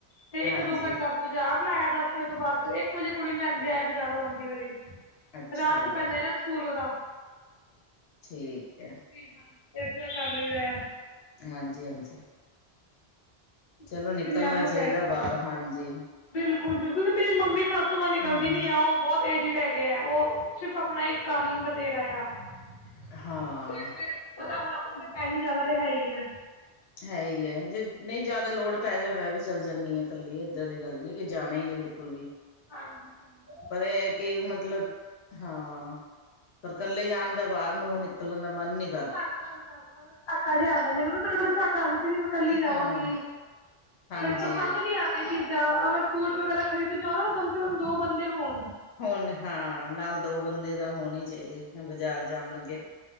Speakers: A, on the left; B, on the left.
A: ਤੇ
B: ਹਾਂਜੀ
A: ਇੱਕ ਦੋ ਘੰਟੇ ਬਾਜ਼ਾਰ ਲਾਇਆ ਦਸ ਵਜੇ ਤੋਂ ਬਾਅਦ ਇਕ ਵਜੇ ਕੁੜੀ ਲਿਆਂਦੇ ਆਏ ਬਾਜ਼ਾਰੋਂ ਆਂਦੀ ਵਾਰੀ।
B: ਅੱਛਾ
A: ਰਾਹ ਚ ਈ ਪੈਂਦਾ ਨਾ ਤੂਤ ਦਾ।
B: ਠੀਕ ਐ।
A: ਸਟੇਟਨਰ ਕਰ ਲਈਦਾ ਏ।
B: ਹਾਂਜੀ ਹਾਂਜੀ। ਚਲੋ
A: ਆਪਣੀ
B: ਨਿਕਲਣਾ
A: ਮੈਮ ਨੂੰ
B: ਚਾਹੀਦਾ
A: ਕਹਿ ਦਿੱਤਾ
B: ਬਾਹਰ ਹਾਂਜੀ।
A: ਬਿਲਕੁਲ ਬਿਲਕੁਲ ਮੇਰੀ ਮੰਮੀ ਸਾਸੂ ਮਾਂ ਨਿਕਲਦੀ
B: ਹਮ
A: ਨੀ ਓ ਬਹੁਤ ਐਡਿਡ <unintelligible> ਉਹ ਸਿਰਫ ਆਪਣਾ ਇੱਕ ਕਾਲਰ ਬਥੇਰਾ ਏ ਆ ਤੇ
B: ਹਾਂ
A: ਫਿਰ ਫਿਰ ਪੱਤਾ ਹੁਣ ਆਪਾਂ ਨੂੰ ਟੈਨੀ ਜਿਆਦਾ ਤਾ ਹੈ ਹੀ ਹੈ।
B: ਹੈ ਹੀ ਹੈ ਨਹੀਂ ਜਿਆਦਾ ਲੋੜ ਪੈ ਜਾਂਦੀ ਮੈਂ ਵੀ ਚਲੀ ਜਾਨੀ ਆ ਕੱਲੀ ਇਦਾਂ ਦੀ ਗੱਲ ਨਹੀਂ ਕੀ ਜਾਣਾ ਇ ਨਹੀਂ ਬਿਲਕੁਲ ਵੀ।
A: ਹਾਂਜੀ।
B: ਪਰ ਏਹ ਹੈ ਕਿ ਮਤਲਬ। ਹਾਂ ਪਰ ਇਕੱਲੇ ਜਾਣ ਦਾ ਬਾਹਰ ਨੂੰ ਉਹ ਨਿਕਲਣ ਦਾ ਮਨ ਨੀ।
A: ਝਾਕਾ ਜਿਹਾ ਆਂਦਾ ਮੈਨੂੰ ਵੀ ਥੋੜਾ- ਥੋੜਾ ਝਾਕਾ ਆਂਦਾ ਸੀ ਮੈਂ ਕੱਲੀ ਜਾਵਾਂਗੀ।
B: ਹਾਂ ਹਾਂਜੀ
A: ਫੇਰ ਪਸੰਦ ਨਹੀਂ ਆਯਾ। ਚੀਜ਼ਾਂ ਹਾ ਸੂਟ ਵਗੈਰਾ ਖਰੀਦਣ ਜਾਣ ਹੈ ਤਾਂ ਕਮ ਸੇ ਕਮ ਦੋ ਬੰਦੇ ਹੋਣ।
B: ਹੁਣ ਹਾਂ, ਨਾਲ ਦੋ ਬੰਦੇ ਦਾ ਹੋਣੇ ਹੀ ਚਾਹੀਦੇ ਬਾਜ਼ਾਰ ਜਾਣ ਲੱਗੇ।